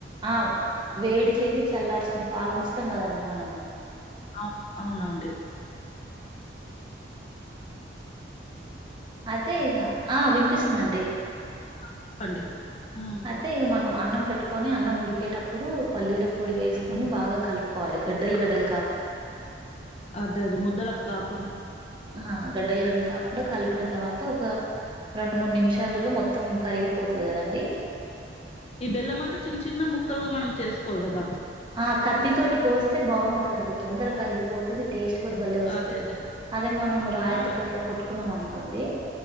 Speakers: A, on the right; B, on the left.
A: ఆ వేడి చేసి చల్లార్చిన పాలు ఉంచుతాం కదండి మనం
B: ఆ అవునవుండి
A: అదే ఈకా ఆ వినిపిస్తుందండి
B: చెప్పండి ఆ!
A: అయితే ఇక మనం అన్నం పెట్టుకొని అన్నం ముడికేటప్పుడు పల్లీల పొడి వేసుకొని
B: హ్మ్.
A: బాగా కలుపు కోాలి గడ్డల్ గడ్డల్
B: అదే అదే ముదలక్క కాకు
A: ఆ గడ్డలు గలు కాకుండా కలిపిన తర్వాత ఒక రెండు మూడు నిమిషాలలో మొత్తం కరిగిపోతుంది కదండి
B: ఈ బెల్లంమంతా చిన్న చిన్న ముక్కలుగా మనం చేసుకోవాలి కదా
A: ఆ కత్తి తోటి కోస్తే బాగుంటదండి తొందరగా కరిగిపోతుది టేస్ట్ కూడా బళ్లే వస్తుది
B: అదే అదే.
A: అదే మనం
B: అవునా?
A: రాయి తోటి
B: ఆ!
A: అట్లా కొట్టు కున్నాం అనుకోండి